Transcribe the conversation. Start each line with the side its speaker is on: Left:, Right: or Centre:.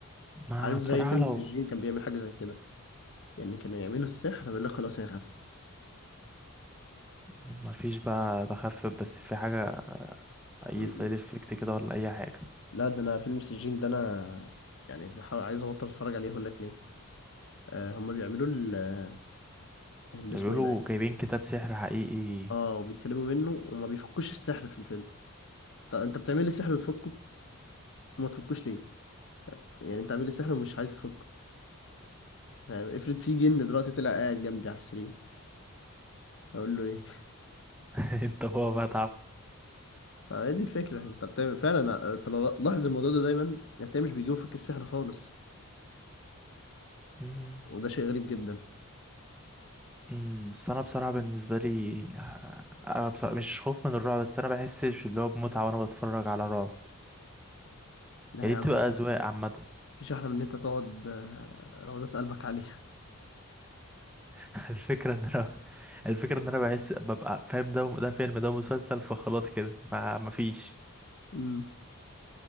Centre: ما
Left: عارف زي
Centre: بصراحة
Left: فيلم
Centre: لو
Left: سجين كان بيعمل حاجة زي كده يعني كانوا يعملوا السحر بيقول لك خلاص هي خفت
Centre: ما فيش بقى تخفف بس في حاجة اي
Left: امم
Centre: سايد افكت كده ولا اي حاجة
Left: لا ده انا فيلم سجين ده انا يعني بحاول عايز ابطل اتفرج عليه اقول لك ليه آه هما بيعملوا ال- اللي
Centre: ده
Left: اسمه
Centre: بيقولوا
Left: ايه ده
Centre: جايبين كتاب سحر حقيقي
Left: اه وبيتكلموا منه وما بيفكوش السحر في الفيلم طب انت بتعمل لي سحر وتفكه وما تفكوش ليه يعني انت عامل لي سحر ومش عايز تفكه يعني افرض في جن دلوقتي طلع قاعد جنبي على السرير اقول له ايه <laughs>
Centre: <laughs> انت هو بقى
Left: فهي دي الفكره انت بتعمل فعلا انت لو لاحظ الموضوع ده دايما هتلاقيه مش بيجيبوا فك السحر خالص
Centre: تعامله
Left: وده شيء غريب جدا
Centre: امم بس انا بصراحه بالنسبه لي آه، انا بصراحة مش خوف من الرعب بس انا بحسش اللي هو بمتعه وانا بتفرج على رعب
Left: لا
Centre: يعني
Left: يا
Centre: دي
Left: عم
Centre: بتبقى اذواق عامه
Left: مفيش احلى من ان انت تقعد آه، روضات قلبك عليها
Centre: <laughs> الفكره ان انا الفكره ان انا بحس ببقى فاهم ده ده فيلم ده مسلسل فخلاص كده ما مفيش
Left: <laughs> امم